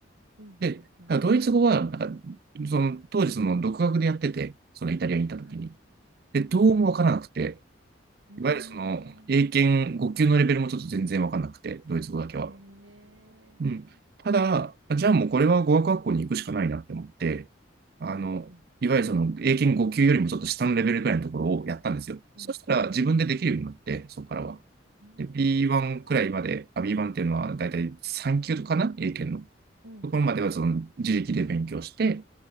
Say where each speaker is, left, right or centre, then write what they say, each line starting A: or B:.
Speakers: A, on the right; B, on the right.
A: うん
B: で、
A: うんうん。
B: ただドイツ語は、なんか、その、当時その、独学でやってて、そのイタリアに行った時に。
A: はい。
B: で、どうもわからなくて、
A: はい。うー
B: いわゆるその、英検5級のレベルもちょっと全然わかんなくて、
A: ん。
B: ドイツ語だけは。
A: へえ。
B: うん。ただ、じゃあもうこれは語学学校に行くしかないなって思って、あの、
A: うんうん。
B: いわゆるその英検5級よりもちょっと下のレベルくらいのところをやったんですよ。
A: うん。
B: そしたら自分でできるようになって、
A: うん。
B: そこからは。
A: うーん
B: で、B1 くらいまで、あ、B1 っていうのはだいたい3級かな英検の。
A: うん、
B: ところまではその自力で勉強して、
A: うん、